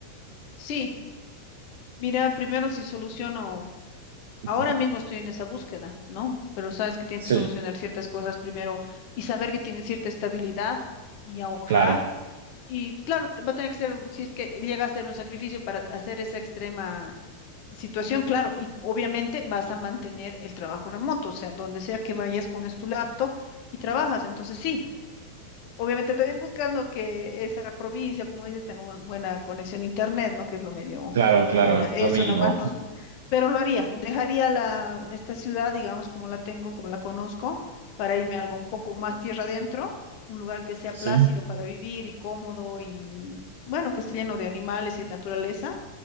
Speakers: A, on the left; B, on the right.
A: Sí, mira, primero si soluciono,
B: <laughs>
A: ahora mismo estoy en esa búsqueda, ¿no? Pero sabes que tienes
B: Sí,
A: que solucionar ciertas cosas primero y saber que tienes cierta estabilidad y ahorrar.
B: claro,
A: Y claro, te- va a tener que ser, un- si es que llega a ser un sacrificio para hacer esa extrema situación, claro, y obviamente vas a mantener el trabajo remoto, o sea, donde sea que vayas, pones tu laptop y trabajas. Entonces, sí. Obviamente también buscando que esa provincia, como dices, tenga una buena conexión a internet, ¿no? Que es lo medio
B: claro, claro,
A: que ahora eso
B: lo mismo.
A: nomás no, pero lo haría, dejaría la esta ciudad, digamos, como la tengo, como la conozco, para irme a algo un poco más tierra adentro, un lugar que sea
B: <laughs>
A: plácido
B: Sí,
A: para vivir y cómodo y bueno, que esté lleno de animales y de naturaleza